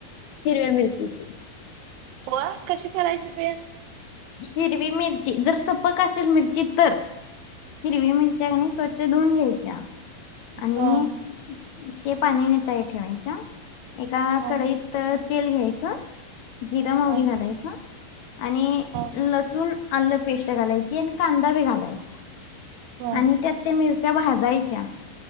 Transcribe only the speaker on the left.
हिरव्या मिरचीच.
हिरवी मिरची, जर सपक असेल मिरची तर, हिरवी मिरची स्वच्छ धुऊन घ्यायच्या, आणि
ते पाणी नितळायच ठेवायच्या, एका
कढईत तेल घ्यायचं, जिर मवरी
घालायचं. आणि
लसूण आलं पेस्ट घालायची, आणि कांदा बी घालायचा.
आणि त्यात ते मिरच्या भाजायच्या,